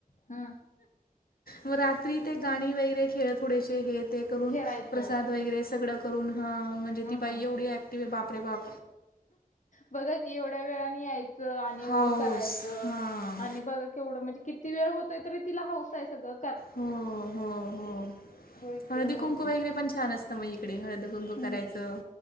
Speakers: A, on the left (about 55°); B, on the left (about 80°).
A: हा.
B: मग रात्री ते गाणी वगैरे खेळ थोडेसे हे ते करून
A: खेळायचं
B: प्रसाद वगैरे सगळं करून ह म्हणजे
A: हम्म
B: ती बाई
A: हम्म
B: एवढी ऍक्टिव आहे बापरे बाप.
A: बघा की, एवढ्या वेळानी याय आणि एवढं
B: हाऊस
A: करायचं,
B: हां
A: आणि बघ केवढं म्हणजे कि ती वेळ होतय तरी तिला हास आहे सगं
B: हो, हो, हो
A: होय की
B: हळदी
A: बघा
B: कुंकू
A: की
B: वगैरे पण छान असत. तर मग इकडे हळदी, कुंकू,
A: हम्म
B: करायचं